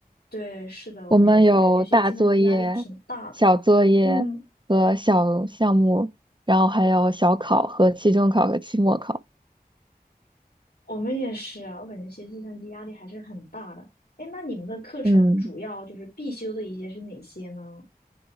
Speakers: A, on the left (about 80°); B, on the right (about 30°).
A: 对，是的，
B: 我们有大作业、
A: 我们也是，感觉学计算机压力挺大的。
B: 小作业和小项目，
A: 嗯，
B: 然后还有小考和期中考和期末考。
A: 我们也是啊，我感觉学计算机压力还是很大的。哎，那你们的课程主要就是必修的一些是哪些呢？
B: 嗯。